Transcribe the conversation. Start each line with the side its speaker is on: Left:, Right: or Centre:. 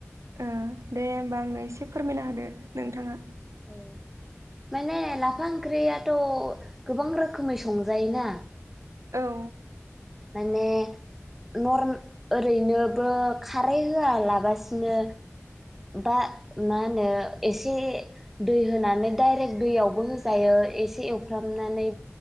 Right: ओ दे होमबा आंनो एसे फोरमायना होदो नोंथाङा।
Centre: औ। माने लाफा ओंख्रियाथ गोबां रोखोमै संजायोना।
Right: औ
Centre: माने नरम ओरैनोबो खारै होआलाबासिनो बा मा होनो एसे दै होनानै डायरेक्ट दैयावबो होजायो एसे एवफ्रामनानै